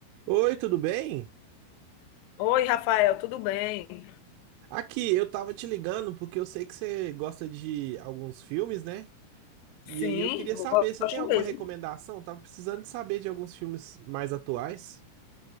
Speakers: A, on the right; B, on the left.
A: Oi, tudo bem?
B: Oi, Rafael, tudo bem?
A: Aqui, eu tava te ligando porque eu sei que você gosta de alguns filmes, né? E
B: Sim,
A: aí eu queria
B: eu
A: saber, você
B: gosto
A: tem alguma
B: mesmo.
A: recomendação? Tava precisando de saber de alguns filmes mais atuais.